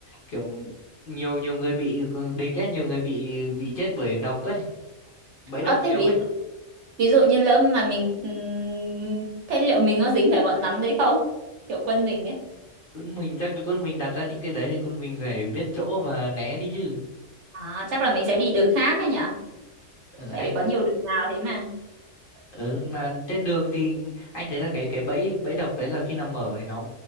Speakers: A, on the left; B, on the right.
A: kiểu nhiều nhiều người bị địch ấy nhiều người bị bị chết bởi độc ấy bẫy
B: Ờ
A: độc
B: thế
A: nhiều
B: ví
A: ấy
B: ví dụ như lỡ mà mình ừm, thế liệu mình có dính phải bọn rắn đấy không? Kiểu quân mình ấy.
A: quân mình chắc là quân mình đặt ra những cái đấy thì quân mình phải biết chỗ và né đi chứ
B: À chắc là mình sẽ đi đường khác ấy nhỉ?
A: ở
B: Tại
A: anh
B: vì có nhiều đường vào thế mà.
A: ở mà trên đường thì anh thấy là cái cái bẫy bẫy độc đấy là khi nằm mở thì nó